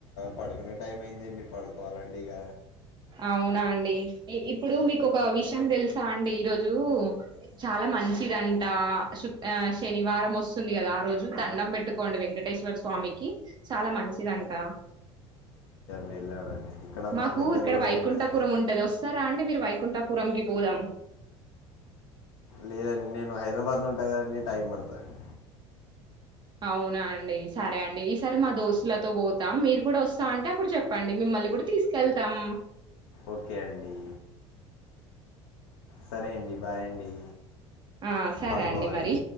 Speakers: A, on the left; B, on the right.
A: పడుకునే టైం అయిందండి పడుకోవాలండి ఇగ.
B: అవునా అన్ ఇప్పుడు మీకు ఒక విషయం తెలుసా అండి ఈరోజు చాలా మంచిదంటు శు శనివారం వస్తుంది కదా ఆ రోజు దండం పెట్టుకోండి వెంకటేశ్వర స్వామికి చాలా మంచిదంట
A: మేల అండి ఇక్కడ
B: మాకు
A: మా దగ్గరలో
B: ఇక్కడ
A: గూడా
B: వైకుంఠపురం
A: వెంకటేశ్వర
B: ఉంటది వస్తారా అండి అంటే మీరు వైకుంఠాపురంకి పోదాం
A: లేదండి నేను హైదరాబాద్ లో ఉంటా కదండి టైం పడుతదండి
B: అవునా అండి సరే అండి ఈసారి మా దోస్తులతో పోతాం మీరు కూడా వస్తా అంటే అప్పుడు చెప్పండి మిమ్మల్ని కూడా తీసుకెళ్తాం
A: ఓకే అండి సరే అండి బాయ్ అండి
B: ఆ సరే
A: పడుకోవాలి.
B: అండి మరి